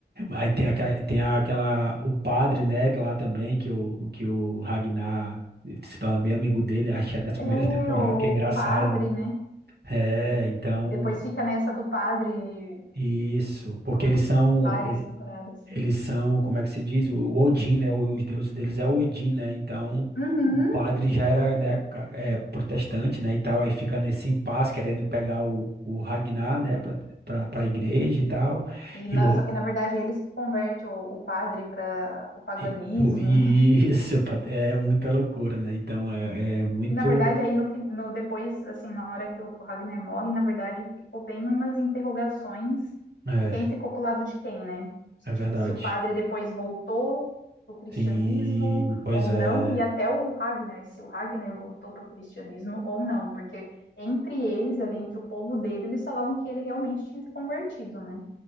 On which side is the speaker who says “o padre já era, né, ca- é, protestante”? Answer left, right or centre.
Right